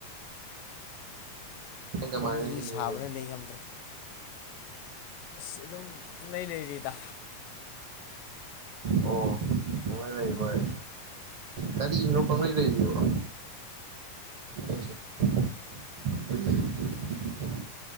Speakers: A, on the right; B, on the left.
A: ꯑꯦ
B: ꯁꯣꯝꯗꯗꯤ
A: ꯃꯅꯤ <unintelligible>
B: ꯁꯥꯕꯅ ꯂꯩ ꯉꯝꯗ꯭ꯔꯦ ꯑꯁ ꯑꯗꯨꯝ ꯄꯨꯡꯂꯩ ꯂꯩꯔꯤꯗ
A: ꯑꯣ ꯄꯡꯂꯩ ꯂꯩꯕꯣꯏꯔꯦ ꯀꯔꯤꯅꯣ ꯄꯡꯂꯩꯗꯣ <unintelligible>